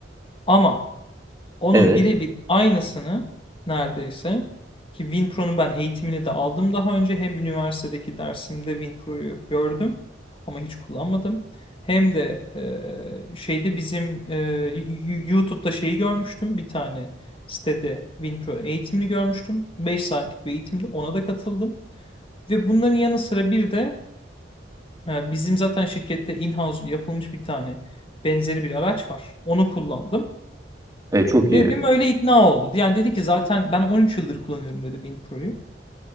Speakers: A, on the left; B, on the right.
A: ama Onun
B: Evet.
A: birebir aynısını neredeyse ki WinPro'nun ben eğitimini de aldım daha önce. Hem üniversitedeki dersimde WinPro'yu gördüm ama hiç kullanmadım. Hem de e, şeyde bizim e, y- YouTube'da şeyi görmüştüm. Bir tane sitede WinPro eğitimini görmüştüm. beş saatlik bir eğitimde ona da katıldım. Ve bunların yanı sıra bir de e, bizim zaten şirkette in-house yapılmış bir tane benzeri bir araç var. Onu kullandım.
B: E, çok iyi.
A: Dedim öyle ikna oldu. Yani dedi ki zaten ben 13 yıldır kullanıyorum dedi WinPro'yu.